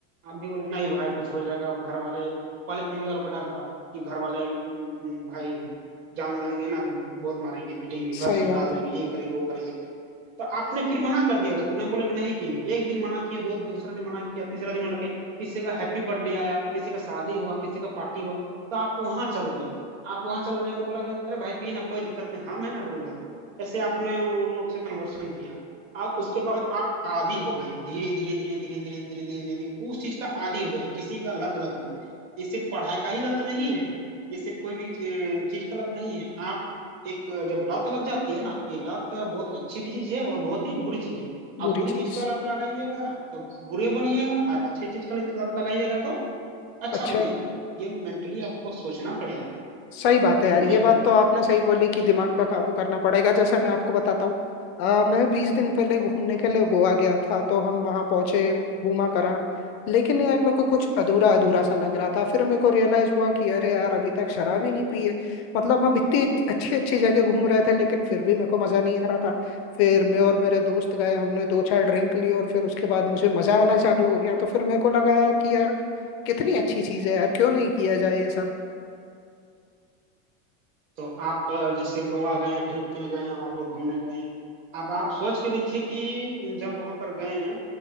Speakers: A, on the right (about 75°); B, on the left (about 50°).
A: आप भी बोले नहीं भाई कुछ हो जाएगा घर वाले पहले फैमिली वालों को डर था कि घर वाले उम, उम, भाई जान लेंगे ना तो बहुत मारेंगे पीटेंगे घर
B: सही
A: से निकाल
B: बात
A: देंगे
B: है
A: ये करेंगे वो करेंगे तो आपने फिर मना कर दिया उसको नहीं बोले कि नहीं पियेंगे एक दिन मना किए दो दूसरा दिन मना किया तीसरा दिन मना किया किसी का हैप्पी बर्थडे आया किसी का शादी हुआ किसी का पार्टी हुआ तो आप वहां चल गए आप वहां चल गए तो बोला कि अरे भाई पिए ना कोई दिक्कत नहीं हम है ना ब्रदर ऐसे आपने उन लोग से कन्वर्सन किया आप उसके बाद आप आदी हो गए धीरे धीरे धीरे धीरे धीरे धीरे धीरे धीरे उस चीज का आदी हो गए किसी का लत लगना ये सिर्फ पढ़ाई का ही लत नहीं है ये सिर्फ कोई भी चीज का लत नहीं है आप एक जब लत लग जाती है ना ये लत बहुत अच्छी भी चीज है और बहुत ही बुरी चीज है आप
B: बुरी
A: बुरी
B: चीज
A: चीज का लत लगाइएगा तो बुरे बनिएगा और अच्छी चीज का लत लगाइएगा तो अच्छा
B: अच्छा
A: बनिएगा ये मेंटली आपको सोचना पड़ेगा
B: सही बात है यार
A: समझे
B: ये बात तो आपने सही बोली कि दिमाग पे काबू करना पड़ेगा जैसे मैं आपको बताता हूँ अ, मैं बीस दिन पहले घूमने के लिए गोवा गया था तो हम वहाँ पहुंचे घूमा करा लेकिन यार मेरे को कुछ अधूरा अधूरा सा लग रहा था फिर मेरे को रियलाइज हुआ कि अरे यार अभी तक शराब ही नहीं पी है मतलब हम इतनी अच्छी अच्छी जगह घूम रहे थे लेकिन फिर भी मेरे को मजा नहीं आ रहा था फिर मैं और मेरे दोस्त गए हमने दो चार ड्रिंक ली और फिर उसके बाद मुझे मजा आना चालू हो गया तो फिर मेरे को लगा यार कि यार कितनी अच्छी चीज है यार क्यों नहीं किया जाए ये सब
A: तो आप अ, जैसे गोवा गए हैं ट्रिप पे गए हैं वहां पर घूमने गए हैं आप आप सोच के देखिए कि जब वहां पर गए हैं